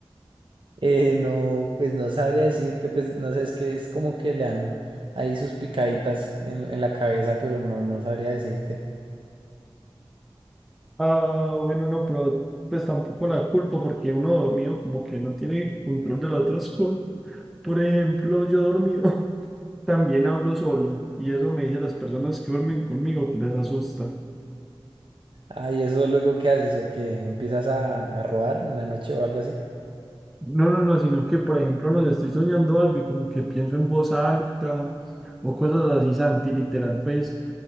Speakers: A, on the right; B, in the centre.
A: Eh, no, pues no sabría decirte, pues no sé, es que es como que le dan ahí sus picaditas en, en la cabeza, pero no, no sabría decirte.
B: Ah, bueno, no, pero pues tampoco la culpa porque uno dormido como que no tiene control de las otras cosas. Por ejemplo, yo dormido <laughs> también hablo solo y eso me dicen las personas que duermen conmigo que les asusta.
A: Ah, ¿y eso luego qué haces? ¿O qué? ¿Empiezas a, a robar en la noche o algo así?
B: No, no, no, sino que por ejemplo no sé, estoy soñando algo y como que pienso en voz alta o cosas así, Santi, literal, pues,